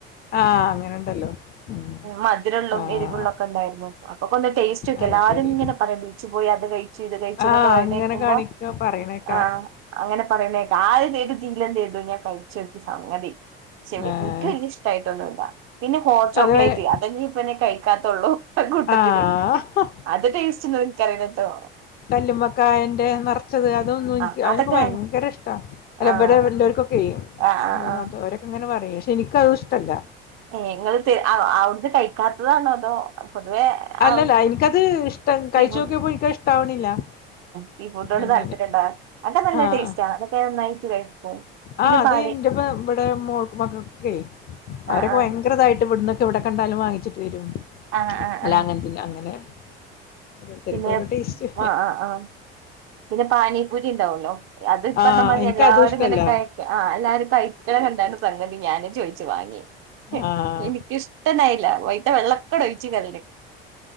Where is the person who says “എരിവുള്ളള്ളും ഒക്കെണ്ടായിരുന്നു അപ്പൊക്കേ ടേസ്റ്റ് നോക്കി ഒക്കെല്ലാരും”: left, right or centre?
Right